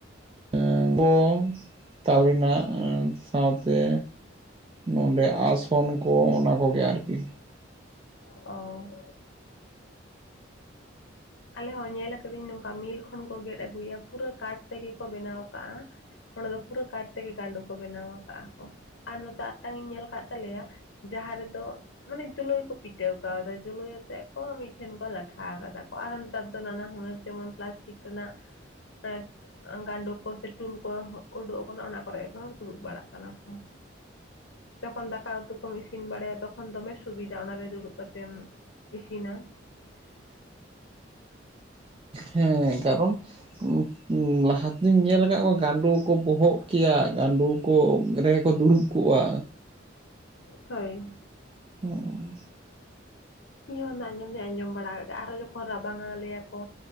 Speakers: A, on the right; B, on the left.
A: ᱮᱸ ᱜᱚᱢ ᱛᱟᱞᱮᱱᱟᱜ ᱟᱸ ᱥᱟᱶᱛᱮ, ᱱᱚᱸᱰᱮ ᱟᱥᱚᱱ ᱠᱚ ᱚᱱᱟ ᱠᱚᱜᱮ ᱟᱨᱠᱤ᱾
B: ᱚ ᱟᱞᱮ ᱦᱚᱸ ᱧᱮᱞ ᱠᱟᱫᱟᱹᱧ ᱱᱚᱝᱠᱟ ᱢᱤᱞ ᱠᱷᱚᱱ ᱠᱚ ᱜᱮᱫ ᱟᱹᱜᱩᱭᱟ ᱯᱩᱨᱟᱹ ᱠᱟᱴᱷ ᱛᱮᱜᱮ ᱠᱚ ᱵᱮᱱᱟᱣ ᱠᱟᱜ-ᱟ, ᱚᱸᱰᱮ ᱫᱚ ᱯᱩᱨᱟᱹ ᱠᱟᱴ ᱛᱮᱜᱮ ᱜᱟᱸᱰᱳ ᱠᱚ ᱵᱮᱱᱟᱣ ᱟᱠᱟᱫᱼᱟ ᱠᱚ ᱟᱨ ᱱᱚᱛᱮ ᱟᱨᱴᱟᱝ ᱤᱧ ᱧᱮᱞ ᱟᱠᱟᱫ ᱛᱟᱞᱮᱭᱟ ᱡᱟᱦᱟᱸ ᱨᱮᱫᱚ ᱢᱟᱱᱮ ᱡᱳᱞᱳᱭ ᱠᱚ ᱯᱤᱴᱷᱟᱹᱣ ᱠᱟᱣᱫᱟ᱾ ᱡᱳᱞᱳᱭ ᱟᱛᱮᱫ ᱠᱚ ᱢᱤᱫᱴᱷᱮᱱ ᱠᱚ ᱞᱟᱴᱷᱟ ᱠᱟᱫᱟ ᱠᱚ᱾ ᱠᱚ ᱟᱨ ᱦᱚ ᱱᱮᱛᱟᱨ ᱫᱚ ᱱᱟᱱᱟ ᱦᱩᱱᱟᱹᱨ ᱡᱮᱢᱚᱱ ᱯᱞᱟᱥᱴᱤᱠ ᱨᱮᱱᱟᱜ ᱮᱸᱴ ᱜᱟᱸᱰᱳ ᱠᱚ ᱥᱮ ᱴᱩᱞ ᱠᱚ ᱩᱰᱩᱠ ᱟᱠᱟᱱᱟ, ᱚᱱᱟ ᱠᱚᱨᱮ ᱜᱮ ᱠᱚ ᱫᱩᱲᱩᱵ ᱵᱟᱲᱟᱜ ᱠᱟᱱᱟ ᱠᱚ᱾ ᱡᱠᱷᱚᱱ ᱫᱟᱠᱟ ᱩᱛᱩ ᱠᱚᱢ ᱤᱥ ᱤᱥᱤᱱ ᱵᱟᱲᱟᱭᱟ ᱛᱚᱠᱷᱚᱱ ᱫᱚᱢᱮ ᱥᱩᱵᱤᱫᱷᱟ, ᱚᱱᱟᱨᱮ ᱫᱩᱲᱩᱵ ᱠᱟᱛᱮᱢ ᱤᱫᱤᱱᱟ᱾
A: ᱦᱮᱸ ᱠᱟᱨᱚᱱ ᱩᱸᱯ ᱞᱟᱦᱟ ᱛᱮᱫᱚᱧ ᱧᱮᱞ ᱟᱠᱟᱫ ᱠᱚᱣᱟ, ᱜᱟᱸᱰᱩ ᱠᱚ ᱵᱚᱦᱚᱜ ᱠᱮᱭᱟ, ᱜᱟᱸᱰᱚ ᱠᱚ ᱨᱮᱠᱚ ᱫᱩᱲᱩᱵ ᱠᱚᱜᱼᱟ।
B: ᱦᱳᱭ।
A: ᱦᱩᱸ᱾
B: ᱤᱧ ᱦᱚᱸ ᱚᱱᱟ ᱟᱸᱡᱚᱢ ᱫᱩᱧ ᱟᱸᱡᱚᱢ ᱵᱟᱲᱟ ᱠᱟᱜᱼᱟ᱾ ᱟᱨᱦᱚ ᱡᱚᱠᱷᱚᱱ ᱨᱟᱵᱟᱝᱟ ᱞᱟᱹᱭᱟ ᱠᱚ